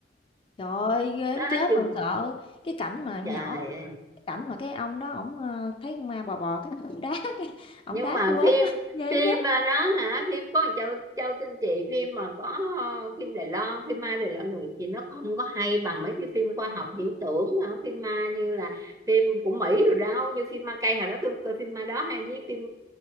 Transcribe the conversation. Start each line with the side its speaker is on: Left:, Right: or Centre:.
Left: Trời ơi, ghê
Right: đó
Left: muốn chết
Right: chung
Left: mà sợ. Cái cảnh mà con
Right: trời
Left: nhỏ
Right: ơi.
Left: cái cảnh mà cái ông đó ổng, ơ, thấy con ma bò bò cái ổng đá cái ổng
Right: nhưng
Left: đá
Right: mà
Left: tui bớn
Right: phim
Left: quá, ghê
Right: phim
Left: muốn chết.
Right: mà đó hả phim có Châu Châu Tinh Chị phim mà có ờ, phim Đài Loan phim ma Đài Loan rồi chị nó không có hay bằng mấy cái phim khoa học viễn tưởng hả? phim ma như là phim của Mỹ rồi đâu như phim ma cây hồi đó tôi coi phim ma đó hay với phim